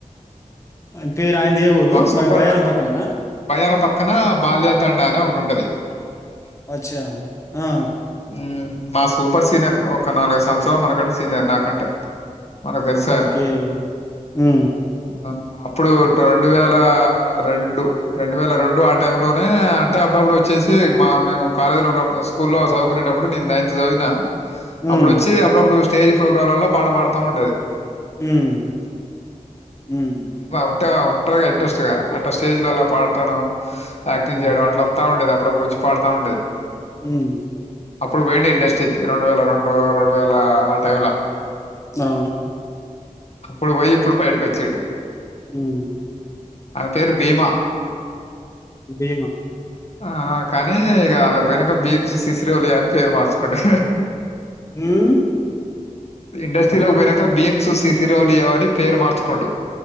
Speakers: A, on the left; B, on the left.
A: ఆయన పేరు ఆయనది ఏ ఊరు
B: మాకు
A: బ-
B: సూపర్
A: బయ్యారం పక్కనేనా
B: భయారం పక్కన బాల్య తండ అనే ఒకటి ఉంటది <inaudible>
A: అచ్చా ఆ
B: మ్మ్. మా సూపర్ సీనియర్ ఒక నాలుగైదు సంవత్సరాలు మనకంటే సీనియర్ నాకంటే మనకు తెలుసు ఆయన
A: ఓకే ఆ
B: ఆ, అప్పుడు రెండు వేల రెండు రెండు వేల రెండు ఆ టైంలో నే అంటే అప్పుడప్పుడు వచ్చేసి మా మేము కాలేజీలో ఉన్నప్పుడు స్కూల్లో చదువుకునేటప్పుడు నేను నైన్త్ చదివినా.
A: హ్మ్
B: అప్పుడు వచ్చి అప్పుడు అప్పుడు వచ్చ స్టేజ్ ప్రోగ్రాంలలో పాట పాడతా ఉండది
A: ఉమ్ హ <inaudible>
B: ఉంట ఉంటారుగా ఇంట్రెస్ట్ గా స్టేజ్
A: అ
B: ల పాడుతాడు యాక్టింగ్
A: అవును.
B: చేయడం అట్లా వస్తా ఉంటది ఇప్పుడ కూడా వచ్చి పాడాతా ఉంటెది
A: హ్మ్.
B: అప్పుడు పోయండి ఇండస్ట్రీ రెండు వేల రెండు రెండు వేల ఆ టైమ్ ల
A: అవును
B: అప్పుడు పొయి ఇప్పుడు బయటకి వచ్చిండు
A: అ <inaudible>
B: అమె పేరు భీమా
A: బీమా
B: ఆ కానీ ఇగ వాళ్ళకు వెనక భీమ్స్ శిసిరి ఒలి అని పేరు మార్చుకోండి
A: హ <inaudible>
B: ఇండస్ట్రీ లోకి పోయినాక భీమ్స్ శిసిరోలు అని పేరు మార్చుకోండు